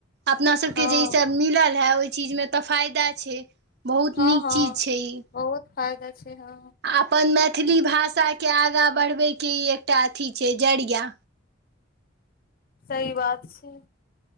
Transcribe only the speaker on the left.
हँ
हँ
हँ
बहुत फायदा छै हँ
सही बात छै